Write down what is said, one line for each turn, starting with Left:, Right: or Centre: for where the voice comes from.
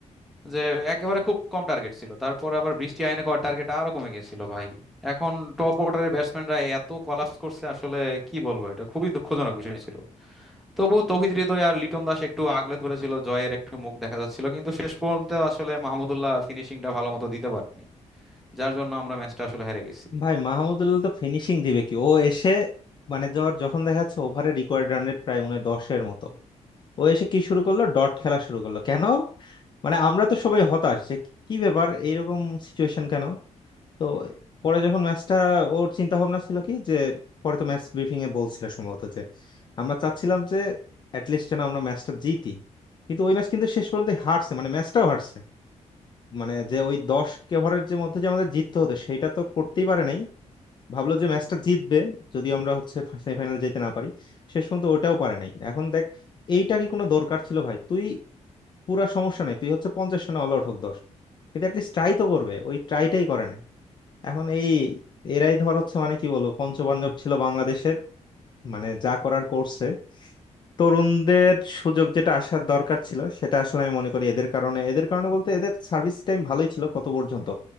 Centre: যে একেবারে খুব কম টার্গেট ছিল তারপর আবার বৃষ্টি আইনে করার টার্গেট আরো কমে গেছিল ভাই এখন টপ অর্ডারের ব্যাটসম্যানরা এত কলাপস করছে আসলে কি বলবো এটা খুবই দুঃখজনক বিষয় ছিল তবু তৌহিদ হৃদয় আর লিটন দাস একটু আগলে ধরেছিল জয়ের একটু মুখ দেখা যাচ্ছিল কিন্তু শেষ পর্যন্ত আসলে মাহমুদুল্লাহ ফিনিশিংটা ভালো মতো দিতে পারেনি যার জন্য আমরা ম্যাচটা আসলে হেরে গেছি
Left: ভাই মাহমুদুল্লাহ তো ফিনিশিং দিবে কি ও এসে মানে ধর যখন দেখা যাচ্ছে ওভারে রিকোয়ার্ড রান রেট প্রায় মনে হয় দশের মতো ও এসে কি শুরু করলো ডট খেলা শুরু করলো কেন মানে আমরা তো সবাই হতাশ যে কি ব্যাপার এইরকম সিচুয়েশন কেন তো পরে যখন ম্যাচটা ওর চিন্তা ভাবনা ছিল কি যে পরে তো ম্যাচ ব্রিফিং এ বলছিল সম্ভবত যে আমরা চাচ্ছিলাম যে অ্যাটলিস্ট যেন আমরা ম্যাচটা জিতি কিন্তু ওই ম্যাচ কিন্তু শেষ পর্যন্ত হারছে মানে ম্যাচটাও হারছে মানে যে ওই দশ ওভারের যে মধ্যে যে আমাদের জিততে হতো সেটা তো করতেই পারে নাই ভাবলো যে ম্যাচটা জিতবে যদি আমরা হচ্ছে সেমিফাইনালে যেতে না পারি শেষ পর্যন্ত ওটাও পারে নাই এখন দেখ এইটা কি কোনো দরকার ছিল ভাই তুই পুরা সমস্যা নাই তুই হচ্ছে পঞ্চাশ রানে অল আউট হোক দশ কিন্তু অ্যাটলিস্ট ট্রাই তো করবে ওই ট্রাইটাই করে নাই এখন এই এরাই ধর হচ্ছে মানে কি বলবো পঞ্চপাণ্ডব ছিল বাংলাদেশের মানে যা করার করছে তরুণদের সুযোগ যেটা আসার দরকার ছিল সেটা আসলে আমি মনে করি এদের কারণে এদের কারণে বলতে এদের সার্ভিস টাইম ভালোই ছিল কত পর্যন্ত